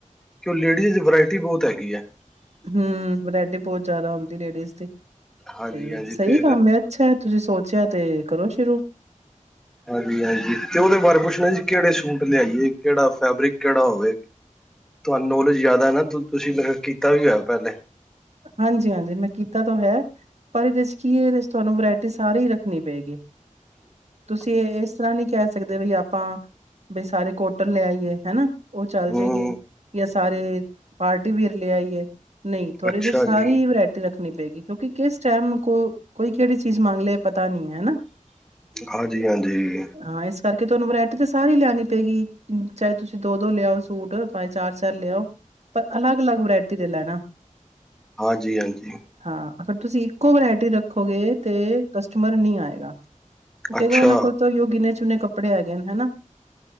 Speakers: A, in the centre; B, on the right.
A: ਕਿ ਲੇਡੀਜ਼ ਚ ਵਰਾਇਟੀ ਬਹੁਤ ਹੈਗੀ ਆ
B: ਹਮ ਵਰੈਟੀ ਬਹੁਤ ਜ਼ਿਆਦਾ ਆਉਂਦੀ ਲੇਡੀਜ਼ ਦੀ ਤੇ
A: ਹਾਂਜੀ ਹਾਂਜੀ
B: ਸਹੀ
A: ਫਿਰ
B: ਕੰਮ ਆ ਅੱਛਾ ਤੁਸੀਂ ਸੋਚਿਆ ਤੇ ਕਰੋ ਸ਼ੁਰੂ
A: ਹਾਂਜੀ ਹਾਂਜੀ ਤੇ ਉਹਦੇ ਬਾਰੇ ਪੁੱਛਣਾ ਜੀ ਕਿਹੜੇ ਸੂਟ ਲਿਆਈਏ ਕਿਹੜਾ ਫੈਬਰਿਕ ਕਿਹੜਾ ਹੋਵੇ ਤੁਹਾਨੂੰ ਨੌਲੇਜ ਜ਼ਿਆਦਾ ਨਾ ਤੁਸੀਂ ਮ ਕੀਤਾ ਵੀ ਹੋਇਆ ਪਹਿਲੇ
B: ਹਾਂਜੀ ਹਾਂਜੀ ਮੈਂ ਕੀਤਾ ਤੋਂ ਹੈ ਪਰ ਇਹਦੇ ਚ ਕੀ ਹੈ ਇਹਦੇ ਤੁਹਾਨੂੰ ਵਰਾਇਟੀ ਸਾਰੀ ਰੱਖਣੀ ਪਏਗੀ
A: ਹ <unintelligible>
B: ਤੁਸੀਂ ਇਸ ਤਰ੍ਹਾਂ ਨਹੀਂ ਕਹਿ ਸਕਦੇ ਵੀ ਆਪਾਂ ਬਈ ਸਾਰੇ ਕੋਟਲ ਲਿਆਈਏ ਹੈਨਾ ਉਹ ਚੱਲ
A: ਹੂੰ
B: ਜਾਏਗੀ ਜਾਂ ਸਾਰੇ ਪਾਰਟੀ ਵੀਰ ਲਿਆਈ ਏ ਨਹੀਂ ਔ
A: ਅੱਛਾ
B: ਏਦੇ ਸਾਰੀ
A: ਜੀ
B: ਰੱਖਣੀ ਪਏਗੀ ਕਿਉਂਕਿ ਕਿਸ ਟਾਈਮ ਕੋ ਕੋਈ ਕਿਹੜੀ ਚੀਜ਼ ਮੰਗ ਲਏ ਪਤਾ ਨੀ ਹੈ ਹਨਾ
A: ਹਾਂਜੀ ਹਾਂਜੀ
B: ਹਾਂ ਇਸ ਕਰਕੇ ਤੁਹਾਨੂੰ ਵਰਾਇਟੀ ਤਾਂ ਸਾਰੀ ਲੈਉਣੀ ਪਏਗੀ ਚਾਹੇ ਤੁਸੀਂ ਦੋ ਦੋ ਲਿਆਓ ਸੂਟ ਪਾਏ ਚਾਰ ਚਾਰ ਲਿਆਓ ਪਰ ਅਲੱਗ ਅਲੱਗ ਵਰਾਇਟੀ ਦੇ ਲੈਣਾ
A: ਹਾਂਜੀ ਹਾਂਜੀ
B: ਹਾਂ ਅਗਰ ਤੁਸੀਂ ਇੱਕੋ ਵਰਾਇਟੀ ਰੱਖੋਗੇ ਤੇ ਕਸਟਮਰ ਨਹੀਂ ਆਏਗਾ ਕ
A: ਅੱਛਾ
B: ਉਹਨਾਂ ਕੋਲ ਤਾਂ ਗਿਨੇਛੁਨਣੇ ਕੱਪੜੇ ਆ ਜਾਦੇ ਨਾ